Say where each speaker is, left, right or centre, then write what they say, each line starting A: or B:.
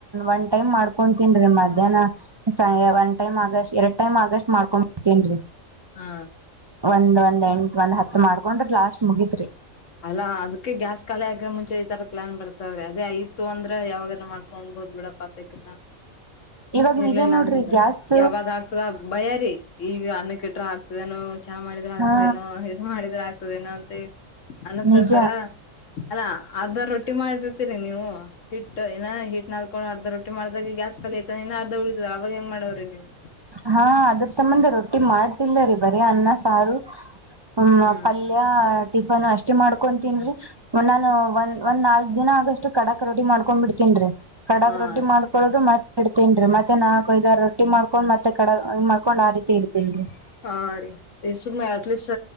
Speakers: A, on the right; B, on the left.
A: ಒನ್ ಟೈಮ್ ಮಾಡ್ಕೊತನ್ರಿ ಮಧ್ಯಾಹ್ನ ಸ ಒನ್ ಟೈಮ್ ಆಗಸ್ಟ್ ಎರಡ್ ಟೈಮ್ ಆಗಸ್ಟ್ ಮಾಡ್ಕೊಂಡ್ಂಬಡ್ತನ್ೀ
B: ಹಾ
A: ಒಂದ್ ಒಂದ್ ಎಂಟ ಒಂದ್ ಹತ್ ಮಾಡ್ಕೊಂಡ್ರ ಲಾಸ್ಟ್ ಮುಗತ್ರಿ
B: ಅಲ್ಲ ಅದಕ್ಕೆ ಗ್ಯಾಸ್ ಖಾಲಿ ಆಗ ಮುಂಚೆ ಈ ತರ ಪ್ಲಾನ್ ಬರ್ತಾವ್ರೀ ಅದೇ ಆಯ್ತ್ತು ಅಂದ್ರ ಯಾವಾಗಾರ ಮಾಡ್ಕೊೊಂಡಬೋದು ಬಿಡಪ್ಪ
A: ಇವಾಗ
B: ಇರ್ಲಿಲ್ಲ
A: ನಿಜ ನೋಡ್ರಿ
B: ನಿಂದ್
A: ಗ್ಯಾಸ್
B: ಯಾವಾಗ ಆಗ್ತದ ಬಯ್ಯಾರಿ ಈಗ ಅನ್ನ ಕೆಟ್ರ ಆಕ್ತದೇನೋ ಚಾ ಮಾಡಿದ್ರ ಆಕ್ತದೇನೋ
A: ಹಾ
B: ಮಾಡಿದ್ರ ಆಗ್ತದೆಏನೋ ಅತ್ತೆ ಅನ್ನಸದಲ್ಲ
A: ನಿಜ
B: ಅಲ್ಲ ಅರ್ಧ ರೊಟ್ಟಿ ಮಾಡಿರ್ತೀರಿ ನೀವು ಹಿಟ್ ಏನ ಹೀಟ್ ನಲ್ಕೊಂಡು ಅರ್ಧ ರೋಟ್ಟಿ ಮಾಡ್ದಾಗ ಗ್ಯಾಸ್ ಕಾಲ ಐತಾನ ಇ ಅರ್ಧ ಉಳಿತದಾರ ಅವಾಗ ಹೆಂಗ ಮಾಡವ್ರೀ ನೀವು
A: ಹಾ ಅದ್ರ ಸಂಬಂಧ ರೊಟ್ಟಿ ಮಾಡ್ತಿಲ್ಲ್ಲರಿೀ ಬರಿ ಅನ್ನ ಸಾರು ಹ್ಮ
B: ಹಾ
A: ಪಲ್ಯ ಟಿಫನ್ ಅಷ್ಟೇ ಮಾಡ್ಕೊತ್ತಿನ ರೀ ನಾನು ಒಂದ್ ಒಂದ್ ನಾಲ್ಕ್ ದಿನ ಆಗಷ್ಟು ಕಡಾಕ್ ರೋಟಿ ಮಾಡ್ಕೊಂಡ್ ಬಿಡ್ತೇನ್ರೀ ಕಡಕ್ ರೊಟ್ಟಿ
B: ಹಾ
A: ಮಾಡ್ಕೊಳೋದು ಮತ್ತೆ ಇಡ್ತೇನ್ೀ ಮತ್ತೆ ನಾಕಕ್ ಐದ ರೊಟ್ಟಿ ಮಾಡ್ಕೊಂಡ್ ಮತ್ತ ಮತ್ತ ಕಡೆ ಮಾಡ್ಕೊಂಡ್ ಆ ರೀತಿ ಇಡ್ತಿಲ್ಲ <unintelligible>
B: ಹಾ ರೀ ಇ ಸುಮ್ನೆ ಅಟ್ಲೀಸ್ಟ್